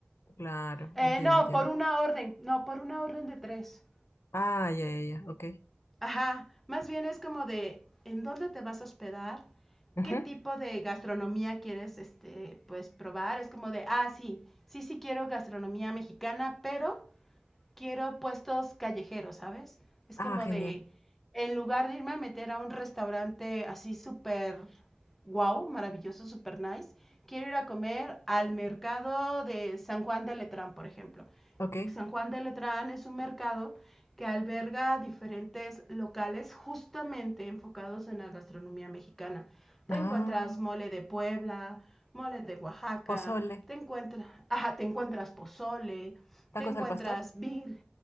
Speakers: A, on the left (about 70°); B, in the centre.
A: Claro,
B: Eh,
A: entiendo,
B: no,
A: entiendo.
B: por una orden, no, por una orden de tres.
A: Ah, ya, ya, ya, ok.
B: Ajá, más bien es como de en dónde te vas a hospedar,
A: Ujú.
B: qué tipo de gastronomía quieres, este, pues, probar. Es como de, ah, sí, sí, sí quiero gastronomía mexicana, pero quiero puestos callejeros, ¿sabes? Es
A: Ah,
B: como
A: genial.
B: de, en lugar de irme a meter a un restaurante así súper wow, maravilloso, súper nice, quiero ir a comer al mercado de San Juan de Letrán, por ejemplo.
A: Ok.
B: San Juan de Letrán es un mercado que alberga diferentes locales justamente enfocados en la gastronomía mexicana. Te
A: Ah,
B: encuentras mole de Puebla, mole de Oaxaca,
A: pozole.
B: te encuentras, ajá, te encuentras pozole,
A: ¿Tacos
B: te encuentras
A: al pastor?
B: bir,